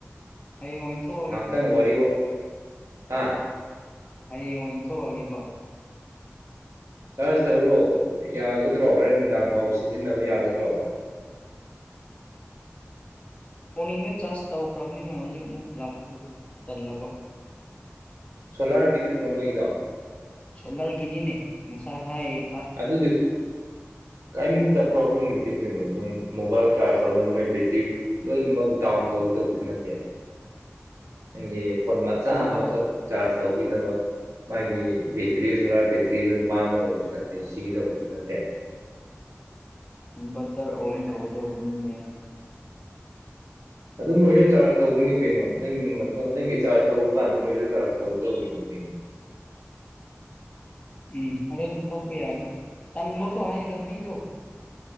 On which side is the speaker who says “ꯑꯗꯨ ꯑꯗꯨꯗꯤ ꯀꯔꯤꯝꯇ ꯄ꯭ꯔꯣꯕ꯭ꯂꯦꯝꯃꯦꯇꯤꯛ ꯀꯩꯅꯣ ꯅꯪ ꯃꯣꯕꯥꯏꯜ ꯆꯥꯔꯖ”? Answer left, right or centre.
Right